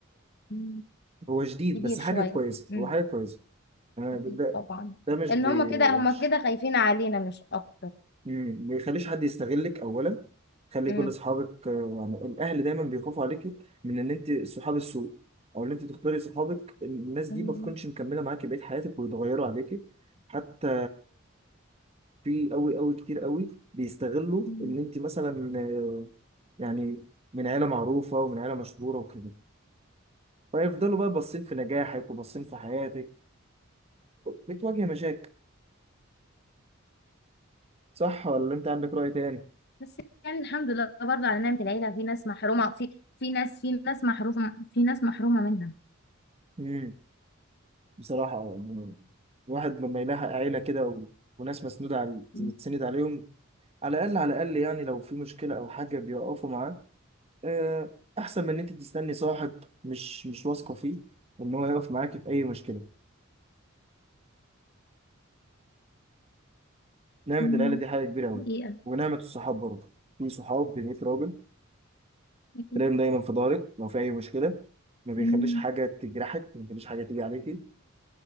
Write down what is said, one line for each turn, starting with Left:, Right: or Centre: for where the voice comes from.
Left: مم.
Right: هو جديد
Left: كبير
Right: بس
Left: شوية
Right: حاجة كويسة
Left: مم.
Right: هو حاجة كويسة أنا
Left: أكيد
Right: ب- ده
Left: طبعا
Right: ده مش
Left: لأن
Right: بي-
Left: هما كده
Right: وحش
Left: هما كده خايفين علينا مش أكتر
Right: مم. ما يخليش حد يستغلك أولا خلي
Left: مم.
Right: كل أصحابك آه، يعني الأهل دايما بيخافوا عليكي من إن أنت صحاب السوء أو إن أنت تختاري صحابك الناس دي
Left: مم.
Right: ما تكونش مكملة معاكي بقية حياتك ويتغيروا عليكي حتى في أوي أوي كتير أوي بيستغلوا
Left: مم.
Right: إن أنت مثلا آه، يعني من عيلة معروفة ومن عيلة مشهورة وكده فيفضلوا بقى باصين في نجاحك وباصين في حياتك بتواجه مشاكل صح ولا انت عندك رأي تاني
Left: بس يعني الحمد لله برضه على نعمة العيلة في ناس محرومة في في ناس في ناس محرومة في ناس محرومة منها
Right: امم بصراحة يعني الواحد لما يلاحق عيلة كده و... وناس مسنودة على
Left: مم.
Right: تسند عليهم على الأقل على الأقل يعني لو في مشكلة أو حاجة بيقفوا معاه آه، أحسن من إن أنت تستني صاحب مش مش واثقة فيه إن هو يقف معاكي في أي مشكلة نعمة
Left: مم.
Right: العيلة دي حاجة كبيرة أوي
Left: حقيقة
Right: ونعمة الصحاب برضه في صحاب ب 100 راجل
Left: أكيد.
Right: تلاقيهم دايما في ظهرك لو في أي مشكلة ما بيخليش
Left: مم.
Right: حاجة تجرحك ما بيخليش حاجة تيجي عليكي